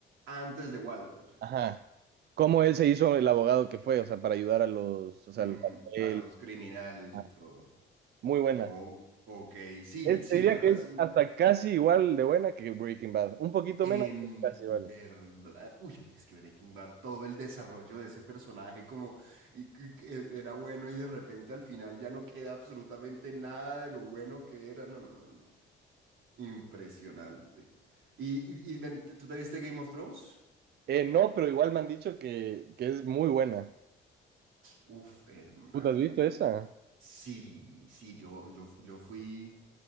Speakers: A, on the right (about 80°); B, on the right (about 55°).
A: Antes de Walter.
B: Ajá. Cómo él se hizo el abogado que fue, o sea, para ayudar a los, o sea,
A: Mm,
B: al cartel.
A: a los criminales
B: Ah,
A: y todo.
B: Muy buena.
A: Oh, ok, sí,
B: Es-
A: sí,
B: te diría
A: la verdad,
B: que es
A: sí,
B: hasta casi igual de buena que Breaking Bad. Un poquito
A: en
B: menos, pero casi igual.
A: verdad, uy, pero es que Breaking Bad, todo el desarrollo de ese personaje como y, que- que e, era bueno y de repente al final ya no queda absolutamente nada de lo bueno que era, no, no, no, no, no. impresionante. ¿Y, y, y ven, tú te viste Game of Thrones?
B: Eh, no, pero igual me han dicho que, que es muy buena.
A: Uf, hermano,
B: ¿Tú te has visto esa?
A: sí, sí, yo, yo, yo fui...